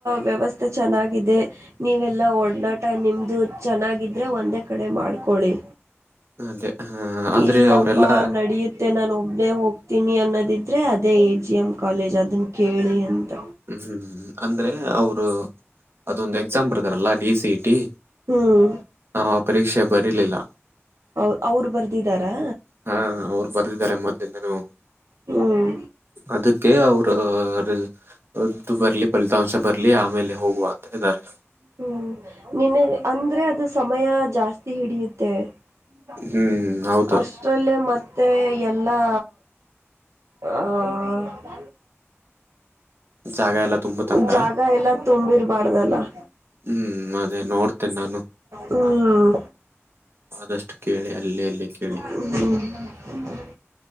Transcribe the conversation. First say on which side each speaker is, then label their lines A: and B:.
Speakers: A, on the right (about 85°); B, on the right (about 55°).
A: ವ್ಯವಸ್ಥೆ ಚೆನ್ನಾಗಿದೆ ನೀವೆಲ್ಲ ಒಡನಾಟ ನಿಮ್ಮದು ಚೆನ್ನಾಗಿದ್ದರೆ ಒಂದೇ ಕಡೆ ಮಾಡ್ಕೊಳ್ಳಿ.
B: ಹಾ ಅದೇ ಆ, ಆದ್ರೆ
A: ಇಲ್ಲಪ್ಪಾ
B: ಅವರೆಲ್ಲ
A: ನಡಿ ಮತ್ತೆ ನಾನು ಒಬ್ಬನೇ ಹೋಗ್ತೀನಿ ಅನ್ನೋದಿದ್ರೆ ಅದೇ ಎ ಜಿ ಎಮ್ ಕಾಲೇಜ್ ಅದನ್ನ ಕೇಳಿ ಅಂತ
B: ಹ್ಮ್ ಹ್ಮ್ ಅಂದ್ರೆ ಅವರು <inaudible> ಅದೊಂದು ಎಕ್ಸಾಮ್ ಬರ್ದಾರಲ್ಲ ಡಿ ಸಿ ಇ ಟಿ
A: ಹ್ಮ
B: ಅವ ಪರೀಕ್ಷೆ ಬರಲಿಲ್ಲ
A: ಅವ ಅವ್ರು ಬರ್ದಿದ್ದಾರಾ
B: ಹಾ ಅವ್ರು ಬರ್ದಿದ್ದಾರೆ ಮೊದಲಿಂದಾನು
A: ಹ್ಮ್
B: ಅದಕ್ಕೆ ಅವರು. <unintelligible> ಅದು ರದ್ದು ಬರ್ಲಿ ಫಲಿತಾಂಶ ಬರ್ಲಿ ಆಮೇಲೆ ಹೋಗುವ ಅಂತ ಇದ್ದಾರೆ
A: ಹ್ಮ್ ನಿನಗೆ ಅಂದ್ರೆ ಅದು ಸಮಯ ಜಾಸ್ತಿ ಹಿಡಿಯುತ್ತೆ. <unintelligible>
B: ಹ್ಮ್ ಹೌದು
A: ಅಷ್ಟ್ರಲ್ಲೇ ಮತ್ತೆ ಎಲ್ಲಾ ಹ
B: ಜಾಗ ಎಲ್ಲ ತುಂಬುತ್ತಂತ
A: <unintelligible> ಜಾಗ ಎಲ್ಲ ತುಂಬಿರ್ಬಾಾರ್ದಲ್ಲ <unintelligible>
B: ಹ್ಮ್ ಅದೇ ನೋಡ್ತೇನೆ ನಾನು
A: ಹ್ಮ್
B: ಆದಷ್ಟ ಕೇಳಿ ಅಲ್ಲೇ ಅಲ್ಲೇ ಕೇಳಿ.
A: ಹ್ಮ್